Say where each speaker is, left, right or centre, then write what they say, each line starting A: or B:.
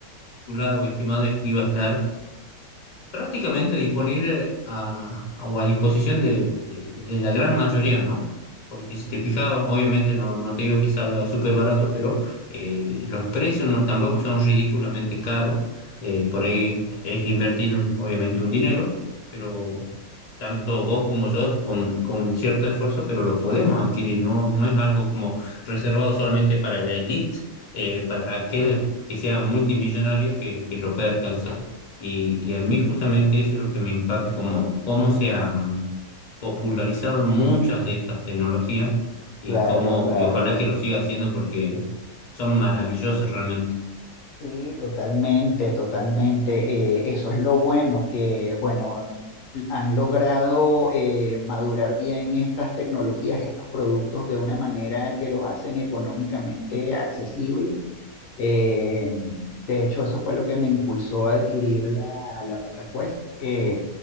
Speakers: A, on the left (about 45°); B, on the left (about 65°).
A: calculado o estimado es que iba a estar prácticamente disponible a, a- o a disposición de, de- de la gran mayoría, ¿no? Porque si te fijas, obviamente no, no te digo que salga súper barato, pero eh, los precios no, tampoco son ridículamente caros. Eh, por ahí es invertir, obviamente, un dinero, pero tanto vos como yo con, con cierto esfuerzo, pero lo podemos adquirir, no, no es algo como reservado solamente para la élite, eh, para aquel que sea multimillonario que, que lo pueda alcanzar. Y, y a mí justamente eso es lo que me impacta, como cómo se han popularizado muchas de estas tecnologías y
B: Claro,
A: cómo,
B: claro.
A: y ojalá que lo siga haciendo porque son maravillosas realmente.
B: Sí, totalmente, totalmente. Eh, eso es lo bueno, que bueno, han logrado eh, madurar bien estas tecnologías, estos productos de una manera que los hacen económicamente accesibles. Eh, de hecho, eso fue lo que me impulsó a adquirir la, la MetaQuest. Eh,